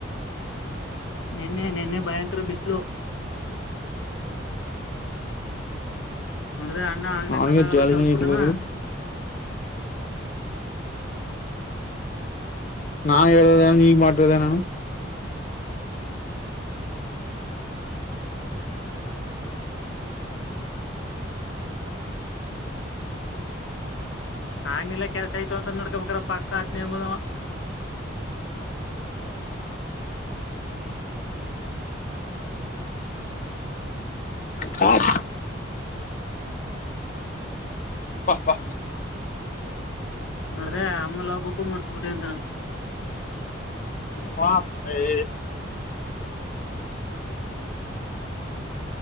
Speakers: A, on the left (about 85°); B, on the left (about 40°).
A: ನಿನ್ನೆ ನಿನ್ನೆ ಭಯಂಕರ ಬಿಸ್ಲು. <inaudible> ನೋಡ್ದ ಅಣ್ಣ ಆಗ್ಲೇ
B: ಅವನಿಗೆ
A: ಕಂದಾಗಲ್ಲ
B: ಜಾಲಿ
A: ತಲುಪಬಿಟನಾ.
B: ಇಟ್ಕೊರು ನಾನ್ ಹೇಳದೇ ನೀಗ್ ಮಾಡದ ನಾನು.
A: ಆಗ್ನಿಲ್ಲಾ ಕೆಲ್ಸ ಆಯತು ಅಂತ ನೋಡ್ಕೋಬೇಕ್ರ ಪಕ್ಕ ಅದ್ನೇಮದ.
B: ಹ. <inaudible> ಬಾ ಬಾ.
A: ನೋಡ್ದ ಆಮೇಲೆ ಹೋಗ್ಬಕ್ಕು ಮರ್ತ್ ಬಿಟ್ಟೆ ಅಂತಾನ.
B: ವಾ ಏ.